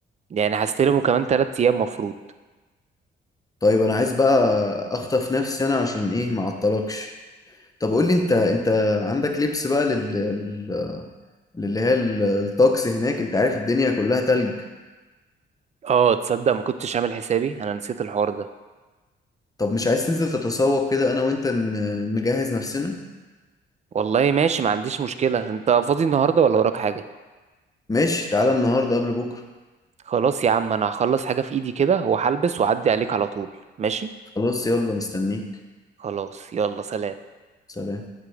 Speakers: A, on the right; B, on the left.
A: يعني هستلمه كمان تلات ايام مفروض
B: طيب انا عايز بقى اخطف نفسي انا عشان ايه ما اعطلكش طب قول لي انت انت عندك لبس بقى لل... اللي هي ال- الطقس هناك انت عارف الدنيا كلها تلج
A: اه تصدق ما كنتش عامل حسابي انا نسيت الحوار ده
B: طب مش عايز تنزل تتسوق كده انا وانت ن- نجهز نفسنا
A: والله ماشي ما عنديش مشكلة انت فاضي النهاردة ولا وراك حاجة
B: ماشي تعالى النهارده قبل بكره
A: خلاص يا عم انا هخلص حاجة في ايدي كده وهلبس واعدي عليك على طول ماشي
B: خلاص يلا مستنيك
A: خلاص يلا سلام
B: سلام